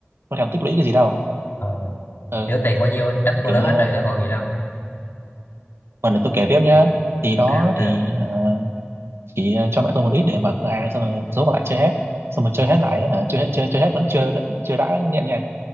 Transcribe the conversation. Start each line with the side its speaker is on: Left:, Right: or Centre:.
Right: có thèm tích lũy cái gì đâu
Left: ờ,
Right: ừ,
Left: nếu tiền bao nhiêu anh đắp vô
Right: kiểu
Left: đó
Right: như
Left: hết rồi đã còn gì đâu.
Right: phần là tôi kể tiếp nhá thì
Left: Ok
Right: đó
Left: ok.
Right: thì ờ, chỉ cho mẹ tôi một ít để mở cửa hàng xong rồi số còn lại chơi hết xong rồi chơi
Left: Ờ,
Right: hết
Left: đúng
Right: lại
Left: rồi.
Right: hả chơi hết chơi chơi hết vẫn chưa chưa đã nghiện nha